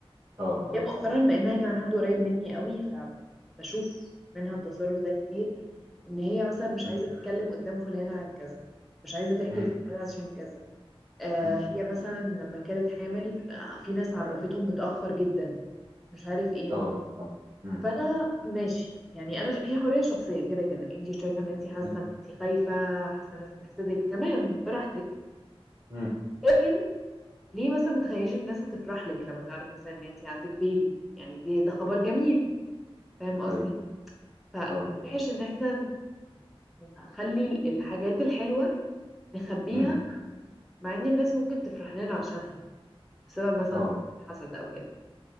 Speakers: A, on the right; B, in the centre.
A: اه اه
B: هي مؤخرا لأنها كمان حد قريب مني قوي فبشوف منها التصرف ده كتير إن هي مثلا مش
A: مم.
B: عايزة تتكلم قدام فلانة عن كذا مش عايزة تحكي
A: مم.
B: لفلانة عشان كذا آه
A: مم.
B: هي مثلا لما كانت حامل آه، في ناس عرفتهم متأخر جدا مش عارف ايه
A: اه اه مم.
B: فانا ماشي يعني انا ش... هي حريه شخصيه كده كده انت شايفه ان انت حاسه
A: مم.
B: ان انت خايفه حاسه الناس هتحسدك تمام براحتك
A: امم
B: لكن ليه مثلا ما تخليش الناس هتفرح لك لما تعرف مثلا ان انت عندك بيبي يعني دي ده خبر جميل فاهم قصدي
A: ايوه
B: فوحش
A: اه
B: ان احنا نخلي ال- الحاجات الحلوه نخبيها
A: امم
B: مع ان الناس ممكن تفرح لنا عشانها بسبب مثلا
A: اه
B: خوف حسد او كده